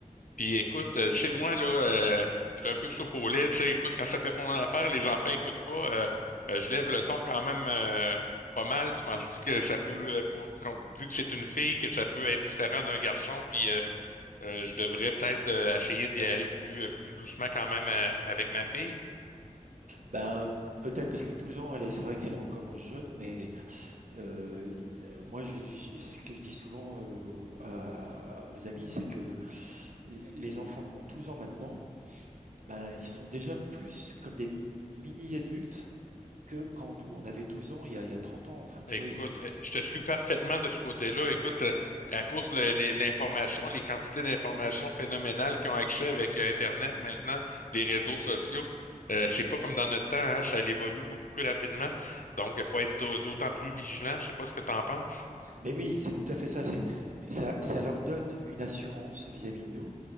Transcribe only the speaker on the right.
Ben, peut-être parce que 12 ans, elle est, c'est vrai qu'elle est encore jeune, mais euh, moi, je, je- ce que je dis souvent euh, à- aux amis, c'est que les enfants qui ont 12 ans maintenant, ben, ils sont déjà plus comme des mini-adultes que quand nous, on avait 12 ans, il y a, il y a 30 ans, enfin, tu
vois. il y a-
Mais oui, c'est tout à fait ça. C'est, ça, ça leur donne une assurance vis-à-vis de nous,